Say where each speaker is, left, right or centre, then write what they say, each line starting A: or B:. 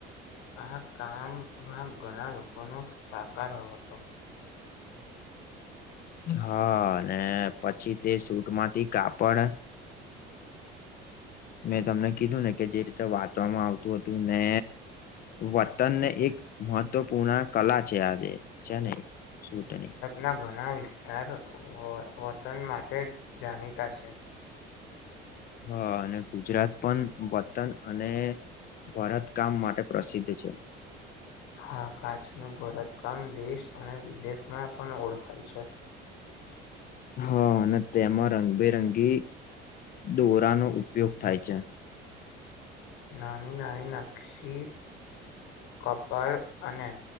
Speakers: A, on the left; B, on the left.
A: આહા કામમાં ઘણા લોકોનો સાકારો હતો.
B: હા, અને પછી તે સૂટમાંથી કાપડ મેં તમને કીધું ને, કે જે રીતે વાંટવામાં આવતું હતું, ને વતનને એક મહત્વપુર્ણા કલા છે, આજે છે ને શુટની.
A: ના ઘણા વિસ્તાર વો વતન માટે જાણીતા છે.
B: હા, અને ગુજરાત પણ વતન અને ભરતકામ માટે પ્રસિદ્ધ છે.
A: હા, કાચનું ભરતકામ દેશ અને વિદેશમાં પણ ઓળખાય છે.
B: હા, અને તેમાં રંગબેરંગી દોરાનો ઉપયોગ થાય છે.
A: નાની નાની નક્ષી કપાળ અને